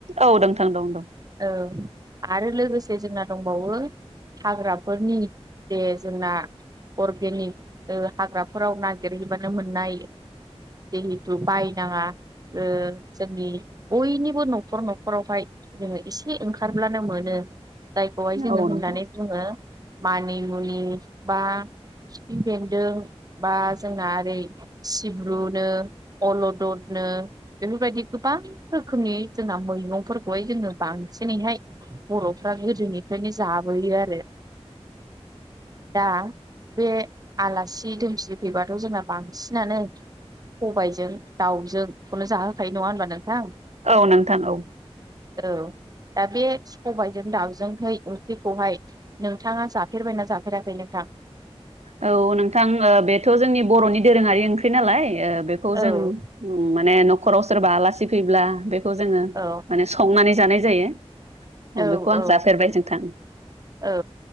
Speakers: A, on the right; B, on the right.
A: औ नोंथां दं दं।
B: औ आरो लोगोसे जोंना दंबावो हाग्राफोरनि बे जोंना अर्गेनिक ओ हाग्राफोराव नागेरहैबानो मोननाय जेहिथु बायनाङा ओ जोंनि बयनिबो न'खर न'खरावहाय जोङो एसे ओंखारब्लानो मोनो जायखौहाय जोङो
A: औ
B: होननानै
A: नोंथां
B: बुङो। मानि मुनि बा खिफि बेंन्दों बा जोंना ओरै सिब्रुनो अलदर नो बेफोरबायदि गोबां रोखोमनि जोंना मैंगंफोरखौहाय। जोङो बांसिनैहाय बर'फ्रा गोदोनिफ्रायनो जाबोयो आरो दा बे आलासि दोमसि फैबाथ' जोंना बांसिनानो सबायजों दाउजों खौनो जाहोखायो नङा होनबा नोंथां।
A: औ नोंथां औ।
B: औ। दा बे सबायजों दाउजोंहै ओंख्रिखौहाय नोंथाङा जाफेरबायना जाफेराखै नोंथा थां।
A: औ नोंथां ओ बेथ' जोंनि बर'नि दोरोङारि ओंख्रि नालाय ओ बेखौ
B: औ
A: जों माने न'खराव सोरबा आलासि फैब्ला बेखौ जोङो
B: औ
A: माने संनानै जानाय जायो।
B: औ
A: बेखौ आं
B: औ
A: जाफेरबाय नोंथां
B: औ